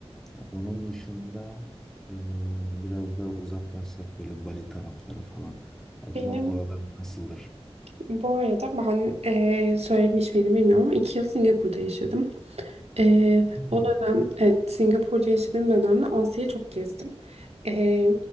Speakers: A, in the centre; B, on the right.
A: E, onun dışında e, biraz daha uzaklaşsak böyle Bali tarafları falan. Acaba
B: Benim
A: oralar nasıldır?
B: bu arada ben eee söylemiş miydim bilmiyorum ama iki yıl Singapur'da yaşadım. Ee,
A: Hı.
B: o dönem evet Singapur'da yaşadığım dönemde Asya'yı çok gezdim. Ee,